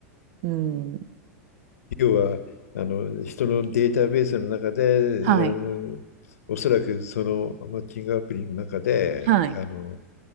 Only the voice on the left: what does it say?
要は、あの、人のデータベースの中で、
あの、おそらくそのマッチングアプリの中で、
あの、